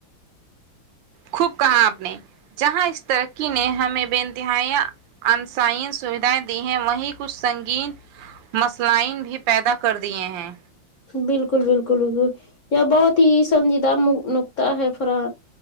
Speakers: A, on the right; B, on the left.
A: خوب کہا آپ نے جہاں اس ترقی نے ہمیں بے انتہایا انسائن سویدھائیں دی ہیں وہی کچھ سنگین مسلائین بھی پیدا کر دیے ہیں
B: بالکل بالکل بکل یا بہت ہی سنجیدہ نکتاہ ہے فران